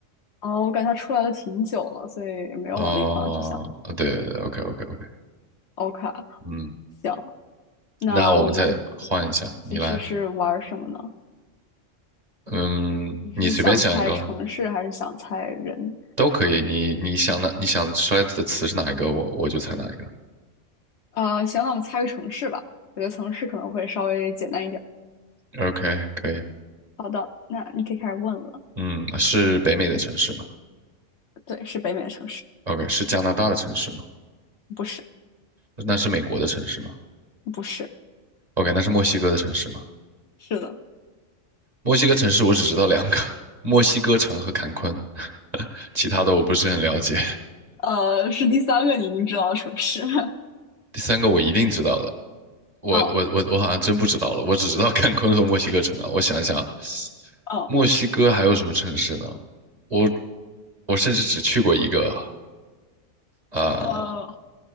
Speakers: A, on the left; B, on the right.
A: 哦，oh, 我感觉它出来了挺久了，所以没有往那个方向去想。
B: 哦，对对对，OK OK OK，
A: OK，
B: 嗯，
A: 行，那我们
B: 那我们再换一下，
A: 其实是玩什么呢？
B: 你来，嗯，
A: 你是想猜城市还是想猜人？
B: 你随便想一个都可以，你你想的你想出来的词是哪一个，我我就猜哪一个。
A: 呃，行，那我们猜个城市吧。我觉得城市可能会稍微简单一点。
B: OK，可以，
A: 好的，那你可以开始问了。
B: 嗯，是北美的城市吗
A: 对，是北美的城市，
B: ？OK，是加拿大的城市吗？
A: 不是，
B: 那是美国的城市吗
A: 不是，
B: ？OK，那是墨西哥的城市吗？
A: 是的，
B: 墨西哥城市我只知道两个，<laughs> 墨西哥城和坎昆，<laughs> 其他的我不是很了解。
A: 呃，是第三个你已经知道的城市。<laughs>
B: 第三个我一定知道的，我我我我好像真不知道了，
A: 哦
B: 我只知道坎昆和墨西哥城啊。我想想，
A: 哦
B: 墨西哥还有什么城市呢？我我甚至只去过一个啊、
A: 呃，